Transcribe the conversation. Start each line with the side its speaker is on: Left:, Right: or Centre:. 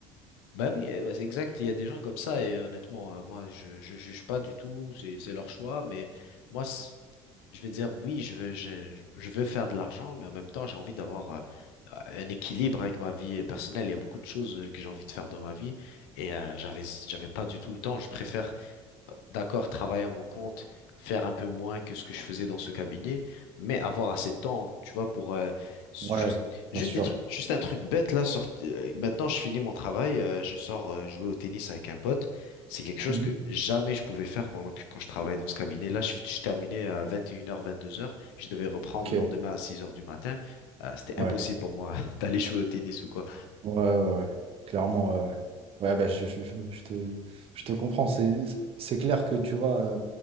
Left: Bah oui, euh, ouais, c'est exact, il y a des gens comme ça et euh, honnêtement, euh, moi je, je juge pas du tout, c'est c'est leur choix, mais moi c- Je veux dire, oui, je veux, je, je veux faire de l'argent, mais en même temps, j'ai envie d'avoir euh, euh, un équilibre avec ma vie personnelle. Il y a beaucoup de choses euh, que j'ai envie de faire dans ma vie et euh, j'avais, j'avais pas du tout le temps. Je préfère d'accord, travailler à mon compte, faire un peu moins que ce que je faisais dans ce cabinet, mais avoir assez de temps, tu vois, pour euh, s-
Right: Ouais,
Left: juste, juste
Right: bien sûr.
Left: des trucs, juste un truc bête là. sorti- euh, maintenant, je finis mon travail, euh, je sors euh, jouer au tennis avec un pote. C'est quelque chose
Right: Mhm.
Left: que jamais je pouvais faire pendant que quand je travaillais dans ce cabinet. Là, je, je terminais à 21h, 22h. Je devais reprendre
Right: Ok,
Left: le lendemain à 6h du matin. Euh, c'était
Right: ouais.
Left: impossible pour moi <laughs> d'aller jouer au tennis ou quoi.
Right: Ouais, ouais, ouais. Clairement, ouais. Ouais, Ouais, bah, je, je- je- je te, je te comprends. C'est, c'est clair que tu vois, euh,